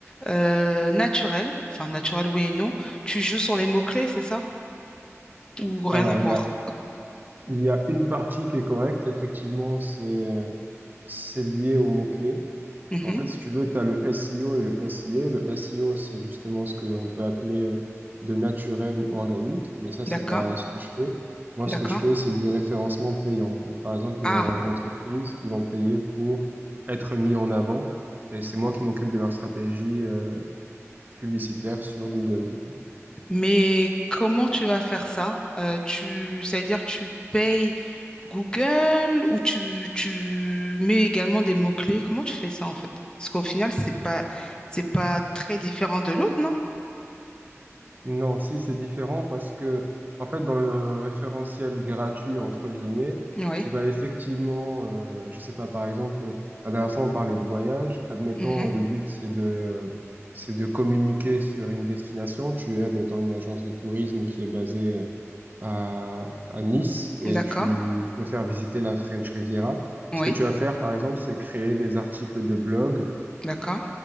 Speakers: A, on the left (about 15°); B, on the right (about 35°).
A: euh, naturel, enfin naturel oui et non. Tu joues sur les mots-clés, c'est ça? Ou rien
B: Alors,
A: à
B: il
A: voir?
B: y a il y a une partie qui est correcte. Effectivement, c'est euh, c'est lié aux mots-clés.
A: Mhm.
B: En fait, si tu veux, tu as le SEO et le SIA. Le SEO, c'est justement ce qu'on peut appeler euh, de naturel ou organique, mais ça,
A: D'accord,
B: c'est pas ce que je fais. Moi,
A: d'accord.
B: ce que je fais, c'est du référencement payant. Donc, par exemple, il
A: Ah,
B: va y avoir des entreprises qui vont payer pour être mis en avant, et c'est moi qui m'occupe de leur stratégie euh, publicitaire sur Google, du coup.
A: Mais comment tu vas faire ça? Euh, tu, ça veut dire tu payes Google ou tu, tu mets également des mots-clés? Comment tu fais ça en fait? Parce qu'au final, c'est pas, c'est pas très différent de l'autre, non?
B: Non, si c'est différent parce que en fait dans le référentiel gratuit entre guillemets,
A: Oui.
B: tu vas effectivement, euh, je sais pas par exemple, la dernière fois on parlait de voyage. Admettons
A: Mhm.
B: le but c'est de c'est de communiquer sur une destination. Tu es admettons une agence de tourisme qui est basée euh, à, à Nice et
A: D'accord.
B: tu veux faire visiter la French Riviera.
A: Oui.
B: Ce que tu vas faire, par exemple, c'est créer des articles de blog
A: D'accord.